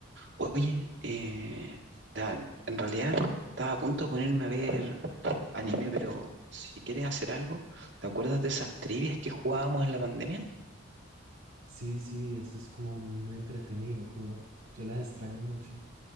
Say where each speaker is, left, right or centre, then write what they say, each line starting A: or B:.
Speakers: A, on the right; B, on the right.
A: Oye, eh, ta- en realidad estaba a punto de ponerme a ver anime, pero si quieres hacer algo, ¿te acuerdas de esas trivias que jugábamos en la pandemia?
B: Sí, sí, eso es como muy entretenido, como yo las extraño mucho.